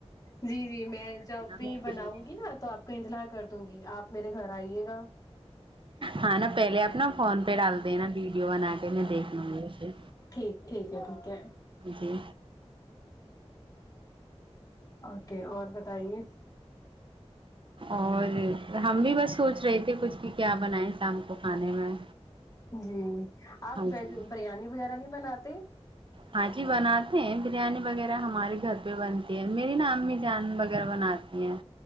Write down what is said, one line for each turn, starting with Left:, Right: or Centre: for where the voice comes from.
Left: جی جی میں جب بھی
Right: میں
Left: بناؤں
Right: دیکھ لوں
Left: گی نا تو آپ کو اطلاع کر دوں گی آپ میرے گھر آئیے گا
Right: ہاں نا پہلے اپنا فون پہ ڈال دینا ویڈیو بنا پہلے دیکھنا میرے سے
Left: ٹھیک ٹھیک ہے ٹھیک ہے
Right: جی
Left: اوکے اور بتائیے
Right: اور ہم بھی بس سوچ رہے تھے کچھ کہ کیا بنائے شام کو کھانے میں
Left: جی آپ
Right: ہاں
Left: ویج
Right: جی
Left: بریانی وغیرہ نہیں بناتے
Right: ہاں جی بناتے ہیں بریانی وغیرہ ہمارے گھر پہ بنتی ہے میری نا امی جان وغیرہ بناتی ہیں